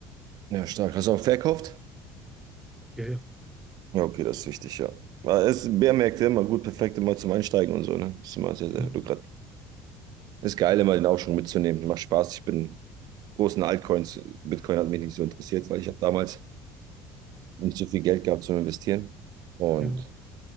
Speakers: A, on the right; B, in the centre.
A: Ja, stark. Hast du auch verkauft?
B: Ja, ja.
A: Ja, okay, das ist wichtig, ja. Aber es ist Bärmärkte immer gut, perfekt immer zum Einsteigen und so, ne? Ist immer sehr, sehr
B: Ja,
A: lukrativ. Ist geil, immer den Aufschwung mitzunehmen. Macht Spaß. Ich bin großen Altcoins. Bitcoin hat mich nicht so interessiert, weil ich habe damals nicht so viel Geld gehabt zum Investieren und
B: ja.